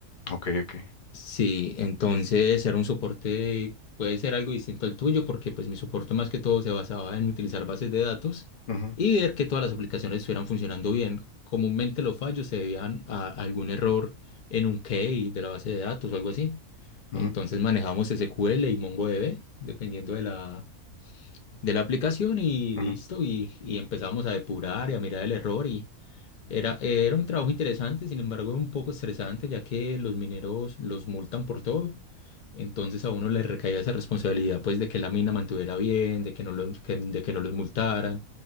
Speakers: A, on the left; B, on the left.
A: Ok, ok.
B: Sí, entonces era un soporte, puede ser algo distinto al tuyo, porque pues mi soporte más que todo se basaba en utilizar bases de datos
A: Ujú,
B: y ver que todas las aplicaciones estuvieran funcionando bien. Comúnmente los fallos se debían a algún error en un key de la base de datos o algo así. Entonces
A: ujú,
B: manejamos SQL y MongoDB, dependiendo de la, de la aplicación y listo,
A: ujú.
B: y, y empezamos a depurar y a mirar el error y, era, eh, era un trabajo interesante, sin embargo, un poco estresante, ya que los mineros los multan por todo. Entonces a uno le recaía esa responsabilidad, pues, de que la mina mantuviera bien, de que no los, que- de que no los multaran,